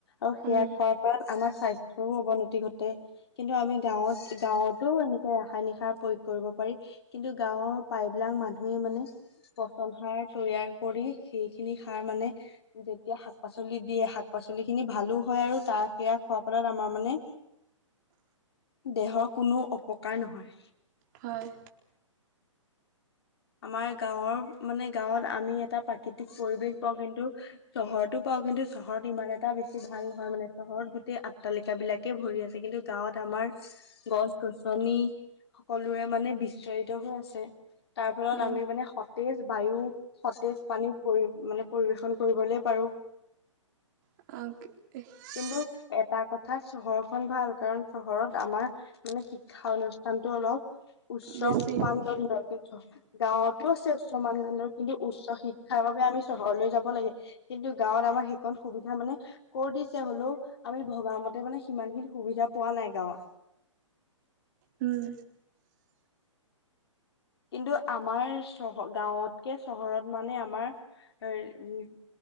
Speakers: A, on the left (about 50°); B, on the right (about 35°).
A: আৰু সেয়া
B: উম
A: খোৱাৰ ফলত আমাৰ স্বাস্থ্যৰো অৱনতি ঘটে। কিন্তু আমি গাঁৱত গাঁৱতো এনেকে সায়ানিক সাৰ প্ৰয়োগ কৰিব পাৰি কিন্তু গাঁৱৰ প্ৰায়বিলাক মানুহে মানে পচন সাৰ তৈয়াৰ কৰি সেইখিনি সাৰ মানে যেতিয়া শাক পাচলিত দিয়ে শাক পাচলি খিনি ভালোঁ হয় আৰু তাৰ সেয়া খোৱাৰ ফলত আমাৰ মানে দেহৰ কোনো অপকাৰ নহয়।
B: হয়।
A: আমাৰ গাঁৱৰ মানে গাঁৱত আমি এটা প্ৰাকৃতিক পৰিৱেশ পাওঁ কিন্তু চহৰতো পাওঁ কিন্তু চহৰত ইমান এটা বেছি ভাল নহয় মানে চহৰত গোটেই আট্টালিকা বিলাক কে ভৰি আছে কিন্তু গাঁৱত আমাৰ গছ গছনি সকলোৰে মানে বিস্তাৰিত হৈ আছে তাৰ ফলত
B: উম
A: আমি মানে সত তেজ বায়ু, সতেজ পানী পৰি মানে পৰিবেশন কৰিবলে পাৰোঁ।
B: <unintelligible>
A: কিন্তু এটা কথাত চহৰখন ভাল কাৰণ চহৰত আমাৰ মানে শিক্ষা অনুষ্ঠানটো অলপ উচ্চ
B: বেছি
A: মানদণ্ডৰ <unintelligible> গাঁৱতো আছে উচ্চ মানদণ্ডৰ কিন্তু উচ্চ শিক থাৰ বাবে আমি চহৰলৈ যাব লাগে কিন্তু গাঁৱত আমাৰ সেইকণ সুবিধা মানে ক'ৰ দিছে হ'লেও আমি ভবামতে মানে সিমান খিনি সুবিধা পোৱা নাই গাঁৱৰ
B: উম।
A: কিন্তু আমাৰ চহ গাঁৱতকে চহৰত মানে আমাৰ এ, উম